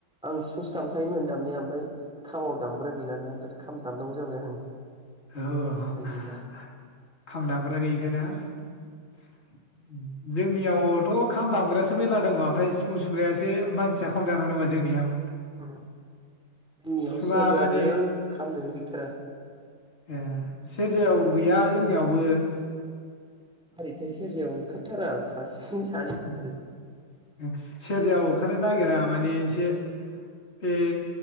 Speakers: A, in the centre; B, on the left (about 35°).
A: आं सिफुंसो दामखायोमोन दामनाया ओमफ्राय खामाव दामग्रा गैलाना दा खाम दामनांगौ जाबाय आं।
B: औ <unintelligible>
A: उफाय गैला।
B: खामदांमग्रा गैयिखाय ना। उम। जों। जोंनियावथ खाम दामग्रायासो मेरला दङ ओमफ्राय। ससु। खुग्रायासो मानसिया खम जानानै दं आरो। जोंनियाव।
A: ओम‌ जोंनियाव
B: सिफुङा
A: सेरजाजो
B: माने
A: खामजोनो गैथारा।
B: ए सेरजायाव गैया जोंनियावबो।
A: हारिथाय सेरजायाव ओंखारथारा सासे। सानैल' ओंखारो।
B: उम। सेरजायाव ओखारनो नागिरा माने एसे बे